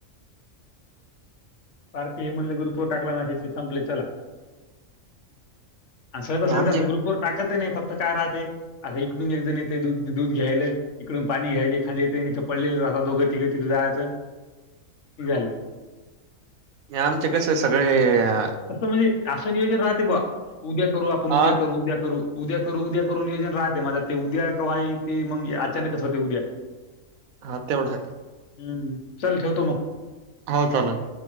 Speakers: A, on the left; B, on the right.
A: पार्टी हे म्हणले गुरुपवर टाकला नाही की संपले चला स्वतः
B: आणि आमचे
A: ग्रुप वर टाक फक्त काय राहते आता इकडून एक जण येते द दूध घ्यायल इकडून पाणी घ्यायले खांली येते तथ पडले रात दोघं तिघे तिथं जायचं झालं
B: हे आमचे कसे सगळे अ
A: तसं म्हणजे असं नियोजन राहते बा उद्या करू आपण
B: हा
A: उद्या करू उद्या करू उद्या करू उद्या करून नियोजन राहते माझं ते उद्या कावा ते मग अचानकच होते उद्या.
B: हा तेवढा आहे.
A: हम्म चल ठेवतो मग.
B: हो चालेल.